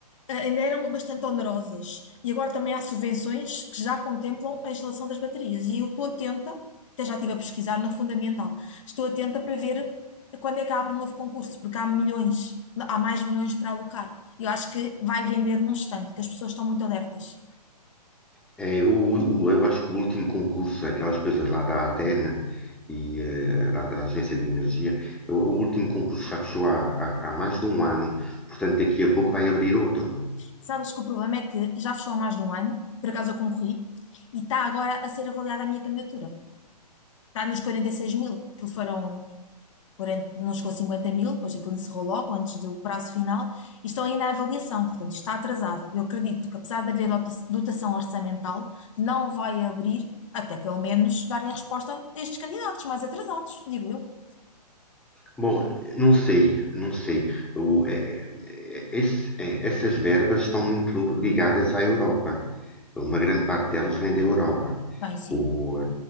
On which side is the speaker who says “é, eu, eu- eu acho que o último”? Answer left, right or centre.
Centre